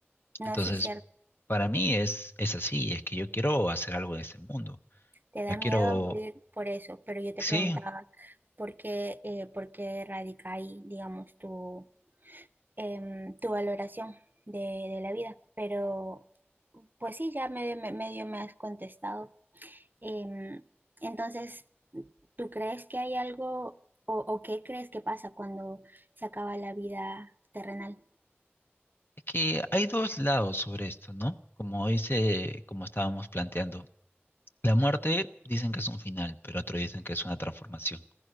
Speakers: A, on the right; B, on the left.
A: no,
B: Entonces,
A: sí es cierto.
B: para mí es, es así, es que yo quiero hacer algo en este mundo.
A: Te da
B: No
A: miedo
B: quiero,
A: a morir por eso, pero yo te
B: sí,
A: preguntaba por qué, eh, por qué radica ahí, digamos, tu em, tu valoración de, de la vida. Pero, pues sí, ya medio, me- medio me has contestado. Em, entonces, ¿tú crees que hay algo o, o qué crees que pasa cuando se acaba la vida terrenal?
B: es que hay dos lados sobre esto, ¿no? Como dice, como estábamos planteando, la muerte dicen que es un final, pero otros dicen que es una transformación.